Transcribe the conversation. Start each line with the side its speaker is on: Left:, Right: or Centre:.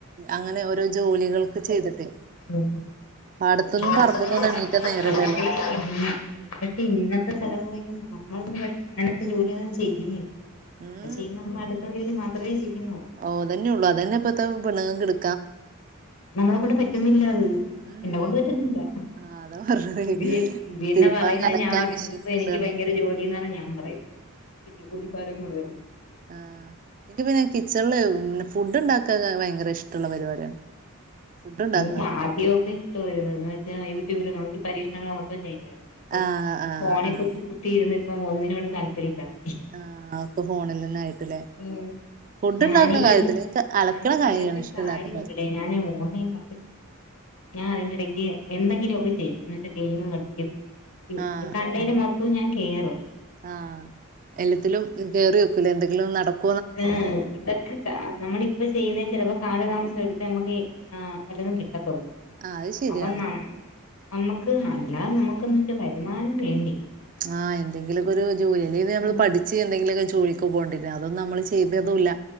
Right: അങ്ങനെ ഓരോ ജോലികൾക്ക് ചെയ്തിട്ട്
Left: ഉം
Right: പാടത്തൊന്നും
Left: പക്ഷെ
Right: പറമ്പനൊന്നും എണീക്ക നേരല്ലല്ലോ
Left: <unintelligible> പക്ഷെ ഇന്നത്തെ തലമുറയ്ക്ക് നമ്മളൊന്നും പക്ഷെ അങ്ങനത്തെ ജോലിയന്നും ചെയ്യുന്നില്ല.
Right: ഉം
Left: പക്ഷേ ചെയ്യുന്നത്. നമ്മള് അടുക്കുള്ള ജോലി മാത്രമേ ചെയ്യുന്നുള്ളൂ.
Right: ഓ അതന്നെ ഉള്ളൂ അതന്നെ ഇപ്പത്തെ പെണുങ്ങൾക്ക് എടു
Left: നമ്മളെ കൊണ്ട് പറ്റുന്നില്ല. അത്
Right: ഉം
Left: എന്നെ കൊണ്ട് പറ്റുന്നില്ല.
Right: ആഹ് അതാ പറഞ്ഞത്
Left: ഇി ഇബിന്നെ
Right: തിരുമ്പാൻ
Left: പറയുന്ന
Right: അലക്കാൻ
Left: ഞാൻ പറയ
Right: മെഷീൻക്ക്
Left: ഇ എനിക്ക്
Right: ഇടാണ്
Left: ഭയങ്കര ജോലി എന്നാണ്, ഞാൻ പറയും. ജോലിക്കാരാ കുടുതല്.
Right: ആ എനിക്ക് പിന്നെ കിച്ചണില് ഫുഡ് ഉണ്ടാക്കാ ഭയങ്കര ഇഷ്ടമുള്ള പരിപാടിയാണ്. ഫുഡ് ഉണ്ടാക്കണ
Left: എനിക്ക് ആദ്യമൊക്കെ ഇഷ്ടമായിരുന്നു. എന്നു വെച്ചാൽ യൂട്യൂബിൽ നോക്കി പരീക്ഷണങ്ങൾ മൊത്തം ചെയ്യുമായിരുന്നു. ഇപ്പം
Right: ആഹ് ആഹ്
Left: ഫോണിൽ
Right: ആഹ്
Left: കുത്തി കുത്തിയിരുന്ന് ഇപ്പം ഒന്നിനോടും താല്പര്യാമില്ലാതെ ആയി.
Right: ആഹ ഒക്കെ ഫോണിൽ നിന്നായിട്ടല്ലേ.
Left: ഉം
Right: ഫുഡ്
Left: ഞാൻ
Right: ഉണ്ടാക്കുന്ന
Left: ഈ
Right: കാര്യത്തിൽ എനിക്ക് അലക്കണ കാര്യായാണ്
Left: വേറൊരു
Right: ഇഷ്ടമല്ലാത്തത്-
Left: കാര്യമുണ്ടെടേ ഞാൻ ഓൺലൈൻ വർക്ക് ചെയ ഞാൻ അതിന്റെ ഇടയ്ക്ക് എന്തെങ്കിലുമൊക്കെ ചെയ്യും എന്നിട്ട് ഗെയിം കളിക്കും.
Right: ആഹ്
Left: കണ്ടേന് മൊത്തവും ഞാൻ കേയറും.
Right: ആഹ് എല്ലാത്തിലും കേറി നോക്കുല്ലേ എന്തെങ്കിലും നടകു
Left: ഉം ഇതക്ക നമ്മളിപ്പ ചെയ്യുന്നേ ചിലപ്പോ കാലതാമസം എടുത്ത് നമുക്ക് വല്ലതും കിട്ടത്തുള്ളൂ.
Right: ആഹ് അത് ശരിയാണ്
Left: അപ്പൊ ന നമ്മുക്ക് അല്ലാതെ നമുക്ക്ന്ന് വരുമാനം വേണ്ടേ?.
Right: ആ എന്തെങ്കിലൊക്കെ ഒരു ജോലി അല്ലങ്കിൽ നമ്മള്
Left: ആഹ്
Right: പഠിച്ച് എന്തെിലൊക്കെ ജോലിക്ക് പോകേണ്ടി വരും. ആഹ് അതും നമ്മള് ചെയ്തതു ഇല്ല.